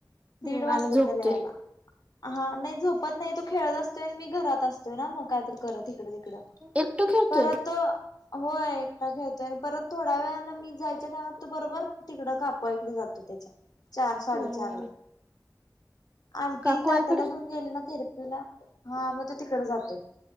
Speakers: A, on the left (about 60°); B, on the right (about 15°).
A: दीड
B: हम्म
A: वाजतात
B: आणि झोपतोय.
A: त्याला यायला हा, नाही झोपत नाही तो खेळत असतोय आणि मी घरात असतोय ना मग काय तर करत इकडे तिकडे
B: एकटो खेळतोय
A: परत व्हय एकटा खेळतोय आणि परत थोड्या वेळांन मी जायच्या टायमात तू बरोबर तिकडं का <unintelligible> जातो त्याच्या चार साडेचार
B: हम्म
A: ला. आंटी
B: काकू
A: तात्याला
B: आहे कडे
A: घेऊन गेली ना थेरपी ला? हा मग तो तिकड जातोय.